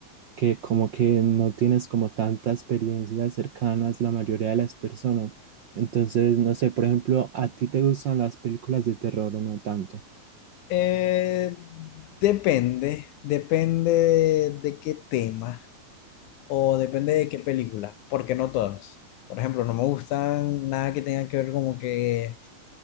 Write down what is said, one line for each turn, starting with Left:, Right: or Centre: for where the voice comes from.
Right: que como que no tienes como tantas experiencias cercanas la mayoría de las personas. Entonces, no sé, por ejemplo, ¿a ti te gustan las películas de terror o no tanto?
Left: Eh, depende, depende de, de qué tema. o depende de qué película, porque no todas. Por ejemplo, no me gustan nada que tenga que ver como que